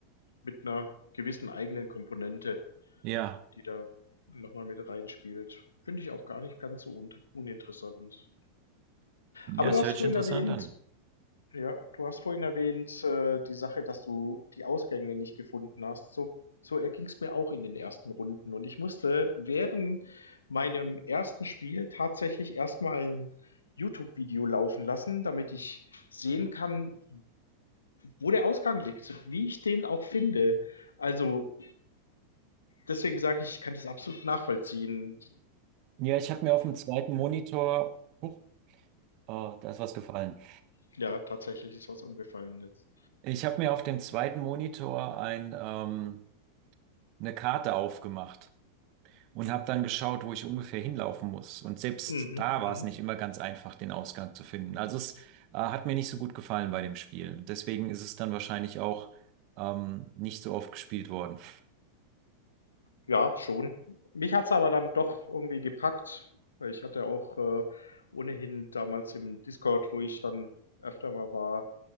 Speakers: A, on the left; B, on the right.
A: mit einer gewissen eigenen Komponente,
B: Ja.
A: die da nochmal mit reinspielt. Finde ich auch gar nicht ganz so un uninteressant.
B: Ja,
A: Aber
B: es
A: du hast
B: hört
A: vorhin
B: sich interessant
A: Okay. erwähnt,
B: an.
A: ja, du hast vorhin erwähnt, äh, die Sache, dass du die Ausgänge nicht gefunden hast. So, so erging es mir auch in den ersten Runden. Und ich musste während meinem ersten Spiel tatsächlich erstmal ein YouTube-Video laufen lassen, damit ich sehen kann, wo der Ausgang liegt, wie ich den auch finde. Also deswegen sage ich, ich kann das absolut nachvollziehen.
B: Ja, ich habe mir auf dem zweiten Monitor, huch, ah, da ist was gefallen.
A: Ja, tatsächlich ist was umgefallen jetzt.
B: Ich habe mir auf dem zweiten Monitor ein, ähm, eine Karte aufgemacht und habe dann geschaut, wo ich ungefähr hinlaufen muss. Und selbst
A: Mhm,
B: da
A: mhm.
B: war es nicht immer ganz einfach, den Ausgang zu finden. Also es, äh, hat mir nicht so gut gefallen bei dem Spiel. Deswegen ist es dann wahrscheinlich auch, ähm, nicht so oft gespielt worden.
A: Ja, schon. Mich hat's aber dann doch irgendwie gepackt, weil ich hatte auch, äh, ohnehin damals im Discord, wo ich dann öfter mal war,